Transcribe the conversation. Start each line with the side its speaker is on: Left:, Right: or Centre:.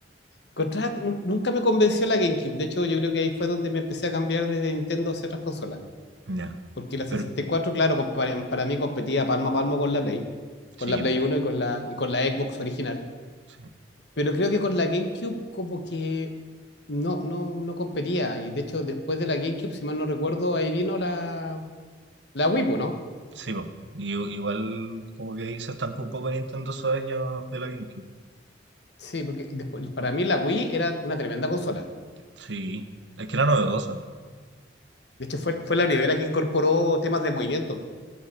Left: Encontraba que nu- nunca me convenció la GameCube. De hecho, yo creo que ahí fue donde me empecé a cambiar desde Nintendo hacia otras consolas.
Right: Ya.
Left: Porque la 64,
Right: Pero
Left: claro, compa- para, mí competía palmo a palmo con la Play. Con
Right: sí,
Left: la Play
Right: po,
Left: 1 y con la, y con la Xbox original.
Right: sí,
Left: Pero creo que con la GameCube como que no, no, no competía. Y de hecho, después de la GameCube, si mal no recuerdo, ahí vino la, la Wii, pues, ¿no?
Right: sí, po. Y- igual como que ahí se estancó un poco Nintendo esos años de la GameCube.
Left: Sí, porque después- para mí la Wii era una tremenda consola.
Right: Sí. Es que era novedosa.
Left: De hecho, fue, fue la primera que incorporó temas de movimiento.